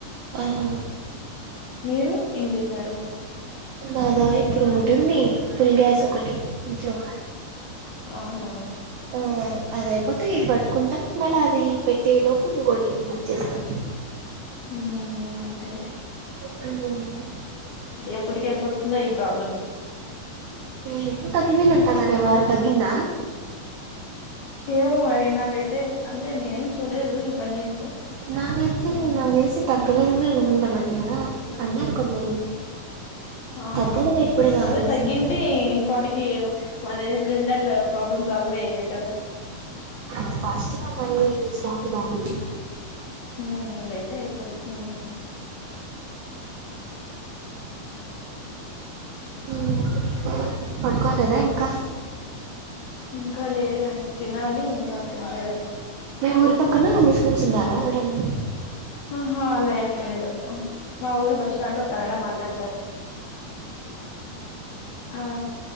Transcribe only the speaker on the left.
మీరు ఏం చేశారు
అవునా
హ్మ్ అంతేలే
ఎప్పటికి అయిపోతుందో ఈ ప్రాబ్లం
ఏమో మరి నాకైతే అంటే నేనేం చూలేదు ఇంకా న్యూస్
ఉమ్,
అవునా
అదే
తగ్గింటే
ఇప్పటికి వాళ్ళవి సిలిండర్లు ప్రాబ్లమ్ సాల్వ్ అయ్యేది కదా
మ్మ్ లేటే అయితది మ్మ్
ఇంకా లేదండి తినాలి ఇంకా తినలేదు
ఆహా అలా ఏం లేదు మా ఊరి బస్స్టాండ్ లో కన్నడా మాట్లాడతారు ఆ